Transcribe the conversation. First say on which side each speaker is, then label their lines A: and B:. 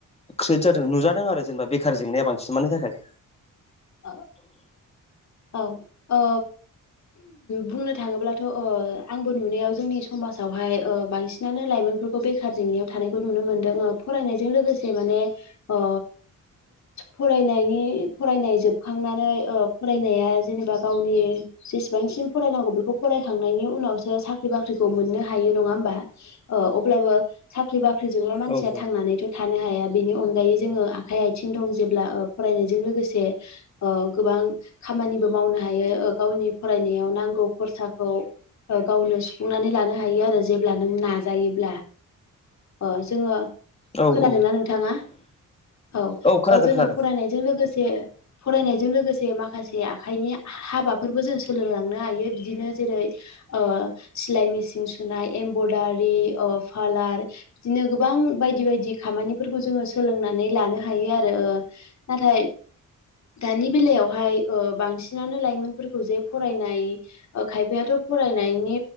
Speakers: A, on the left; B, on the left.
A: क्रियेट जादों नुजादों आरो जेनेबा बे गोखार जेंनाया बांसिन मानि थाखाय
B: औ ओ बुंनो थाङोब्लाथ' अ आं बो नुनायाव जोंनि समाजावहाय बांसिनानो लाइमोनफोरखौ बेखार जेंनायाव थानायखौ नुनो मोनदों ओ फराय नाइजों लोगोसे माने ओ फरायनाइनि फरायनाइजों खांनानै ओब फरायनाया जेनेबा गावनि जेसेबांसिम फरायनांगौ बेखौ फरायखांनायनि उनावसो साख्रि बाख्रि मोननो हायो नङा होनबा ओ अब्लाबो साख्रि बा ख्रिजोंल' मानसिया
A: औ औ
B: थांनानैथ' थानो हाया बेनि अनगायै जोङो आखाइ आथिं दं जेब्ला ओ फरायनायजों लोगोसे ओ गोबां खामानिबो मावनो हायो ओ गावनि फरायनायाव नांगौ खरसाखौ ओ गावनो सुफुंनानै लानो हायो आरो जेब्ला नों नाजायोब्ला ओ जोङो
A: औ
B: खोनादोंना
A: औ
B: नोंथाङा औ
A: खोनादों
B: ओजोङो
A: खोनादों
B: फरायनायजों लोगोसे फरायनायजों लोगोसे माखासे आखाइनि हा-हाबाफोरबो जों सोलोंलांनो हायो बिदिनो जेरै ओ सिलाय मेसिन सुनाय एमब्रदारि पालार बिदिनो गोबां बायदि बायदि खामानिफोरखौ जोङो सोलोंनानै लानो हायो आरो ओ नाथाय दानि बेलायावहाय ओ बांसिनानो लाइमोनफोरखौ जे फरायनाय ओ खायफायाथ' फराय नायनि